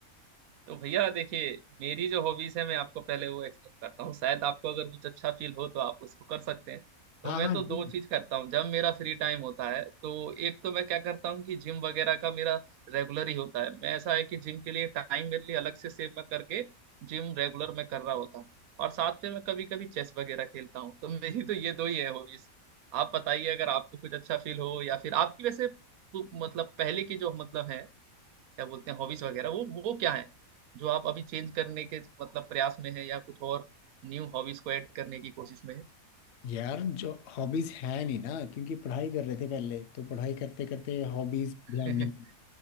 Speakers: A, on the right; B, on the left.
A: तो भैया देखिए मेरी जो हॉबीज है मैं आपको पहले वो एक्सप्लेन करता हूँ शायद आपको अगर कुछ अच्छा फील हो तो आप उसको कर सकते हैं तो
B: हाँ
A: मैं
B: हाँ
A: तो
B: जी
A: दो चीज करता हूँ जब मेरा फ्री टाइम होता है तो एक तो मैं क्या करता हूँ कि जिम वगैरह का मेरा रेगुलर ही होता है मैं ऐसा है कि जिम के लिए टाइम मेरे लिए अलग से सेव मैं करके जिम रेगुलर मैं कर रहा होता हूँ और साथ में मैं कभी कभी चेस वगैरह खेलता हूँ तो <laughs> मेरी तो ये दो ही है हॉबीज आप बताइए अगर आपको कुछ अच्छा फील हो या फिर आपकी वैसे मतलब पहले की जो मतलब है क्या बोलते हैं हॉबीज वगैरह वो वो क्या है जो आप अभी चेंज करने के मतलब प्रयास में है या कुछ और न्यू हॉबीज को ऐड करने की कोशिश में
B: यार जो हॉबीज है नहीं ना क्योंकि पढ़ाई कर रहे थे पहले तो पढ़ाई करते करते हॉबीज ध्यान
A: है
B: नहीं
A: <laughs>